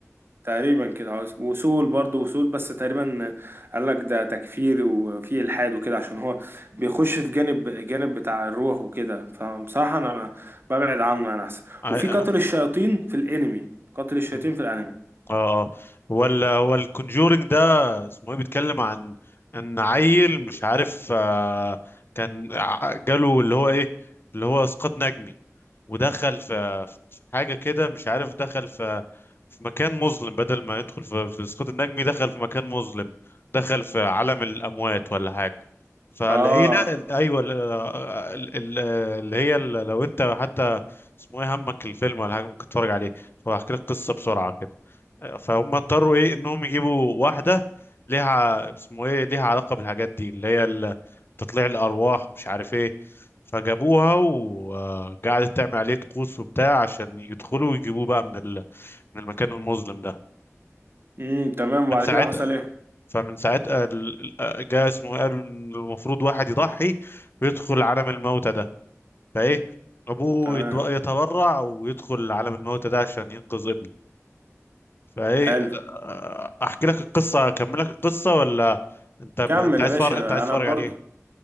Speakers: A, on the right; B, on the left.
A: تقريبا كده اه وصول برضه وصول بس تقريبا قال لك ده تكفير وفي الحاد وكده عشان هو بيخش في جانب جانب بتاع الروح وكده فبصراحه انا ببعد عنه انا احسن
B: آه،
A: وفي قاتل الشياطين في الانمي قاتل الشياطين
B: آه.
A: في الانمي
B: اه اه هو ال هو الكونجورينج ده اسمه ايه بيتكلم عن ان عيل مش عارف آه كان ع- جاله اللي هو ايه اللي هو اسقاط نجمي ودخل في في حاجه كده مش عارف دخل في في مكان مظلم بدل ما يدخل في في اسقاط النجمي دخل في مكان مظلم دخل في عالم الاموات ولا حاجه فالعيله
A: اه
B: ال- ايوه ال- ال- ال- اللي هي ال- لو انت حتى اسمه ايه همك الفيلم ولا حاجه ممكن تتفرج عليه فهحكي لك قصه بسرعه كده فهم اضطروا ايه انهم يجيبوا واحده ليها ع- اسمه ايه ليها علاقه بالحاجات دي اللي هي ال- تطليع الارواح ومش عارف ايه فجابوها وقعدت تعمل عليه طقوس وبتاع عشان يدخلوا ويجيبوه بقى من ال... من المكان المظلم ده
A: امم تمام وبعد
B: من ساعتها
A: كده حصل ايه
B: فمن ساعتها ال- ال- جه اسمه إيه؟ قال إن المفروض واحد يضحي ويدخل عالم الموتى ده فايه ابوه
A: تمام
B: يت- يتبرع ويدخل عالم الموتى ده عشان ينقذ ابنه فايه
A: حلو
B: آه، احكي لك القصه اكمل لك القصه ولا انت انت
A: كمل
B: عايز
A: يا باشا
B: فار... انت عايز
A: انا
B: تتفرج
A: برضو
B: عليه